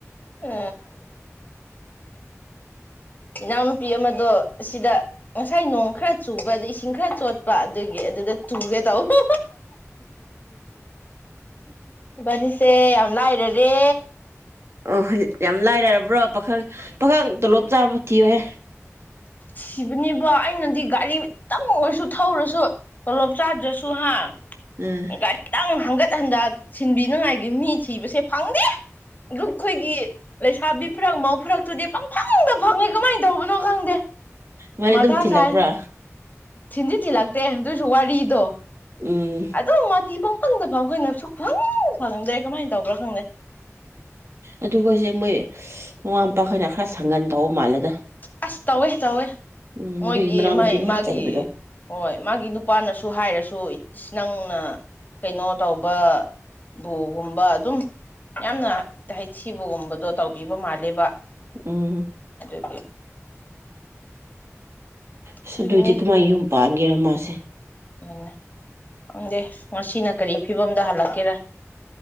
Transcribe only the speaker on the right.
ꯑꯣꯣꯏ ꯌꯥꯝ ꯂꯥꯏꯔꯔꯕ꯭ꯔꯣ ꯄꯥꯈꯪ ꯄꯥꯈꯪ ꯇꯣꯂꯣꯞ ꯆꯥꯕ ꯊꯤꯌꯨꯍꯦ
ꯎꯝ
ꯃꯥꯗꯤ
ꯑꯗꯨꯝ ꯊꯤꯜꯂꯛꯄ꯭ꯔꯥ
ꯎꯝ
ꯑꯗꯨꯒꯣꯏꯁꯦ ꯃꯣꯏ ꯃꯃꯥ ꯃꯄꯥꯈꯅ ꯈꯔ ꯁꯪꯒꯟ ꯇꯧꯕ ꯃꯥꯜꯂꯦꯗ
ꯎꯝ
ꯑꯗꯨꯒꯤ ꯃꯅꯥꯎꯅꯨꯄꯤꯅ
ꯍꯦꯛ
ꯆꯩꯕꯗꯣ
ꯎꯝ
ꯑꯁ
ꯑꯗꯨꯑꯣꯏꯗꯤ ꯀꯃꯥꯏꯅ ꯌꯨꯝ ꯄꯥꯟꯒꯦꯔ ꯃꯥꯁꯦ